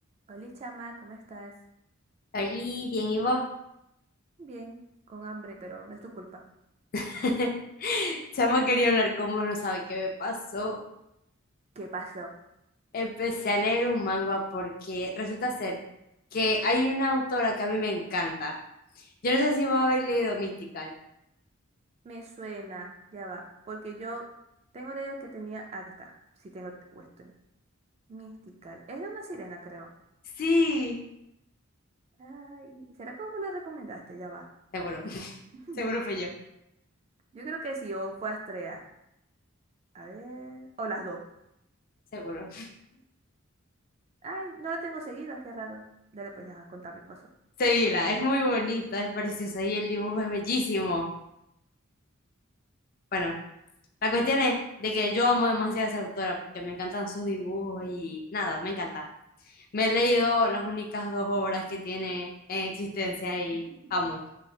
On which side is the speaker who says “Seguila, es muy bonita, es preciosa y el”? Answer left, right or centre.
Left